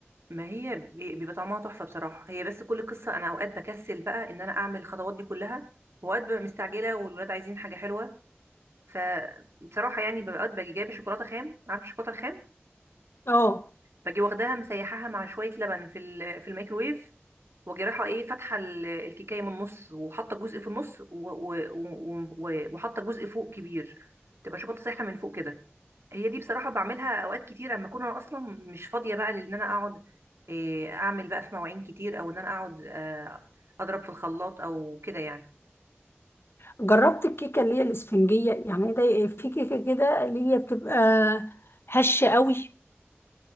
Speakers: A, on the right; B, on the left.
A: ما هي بي- بيبقى طعمها تحفه بصراحه هي بس كل قصه انا اوقات بكسل بقى ان انا اعمل الخطوات دي كلها واوقات ببقى مستعجله والولاد عايزين حاجه حلوه فبصراحة يعني ببقى باجي جايبة شوكولاتة خام عارفة الشوكولاتة الخام
B: اه
A: باجي واخداها مسيحاها مع شوية لبن في ال- في الميكروويف واجي رايحة ايه فاتحة ال- الكيكاية من النص وحاطة جزء في النص و- و- و- و- وحاطة جزء فوق كبير تبقى شوكولاتة سايحة من فوق كده هي دي بصراحة بعملها اوقات كتير اما اكون انا اصلا مش فاضية بقى لان انا اقعد إيه، اعمل بقى في مواعين كتير او ان انا اقعد آه، اضرب في الخلاط او كده يعني
B: جربت الكيكة اللي هي الاسفنجية يعني ده إيه؟ في كيكة كده اللي هي بتبقى هشة قوي